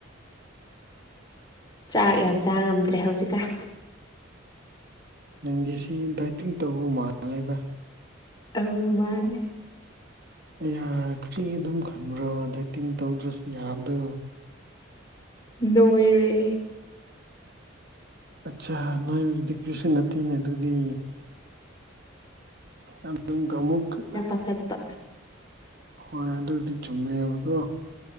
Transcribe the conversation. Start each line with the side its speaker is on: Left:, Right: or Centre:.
Left: ꯆꯥꯛ ꯌꯥꯝ ꯆꯥ ꯉꯝꯗ꯭ꯔꯦ ꯍꯧꯖꯤꯛꯀꯥꯟ
Right: ꯅꯪꯒꯤꯁꯤ ꯗꯥꯏꯇꯤꯡ ꯇꯧꯕ ꯃꯥꯜꯂꯦꯗ
Left: ꯑꯧ ꯃꯥꯅꯦ
Right: ꯑꯌꯥ ꯀꯔꯤꯒꯤ ꯑꯗꯨꯝ ꯈꯟꯕ꯭ꯔꯣ ꯗꯥꯏꯇꯤꯡ ꯇꯧꯗ꯭ꯔꯁꯨ ꯌꯥꯕꯗꯣ
Left: ꯅꯣꯏꯔꯦ
Right: ꯑꯠꯁꯥ ꯅ‌ꯣꯏꯕꯗꯨꯗꯤ ꯀ꯭ꯔꯤꯁꯨ ꯅꯠꯇ‌ꯦꯅꯦ ꯑꯗꯨꯗꯤ ꯑꯝꯇꯨꯡꯒꯥ ꯑꯃꯨꯛ ꯑꯥ
Left: ꯗꯠꯄꯥ
Right: ꯍꯣꯏ ꯑꯗꯨꯗꯤ ꯆꯨꯝꯃꯦꯕꯀꯣ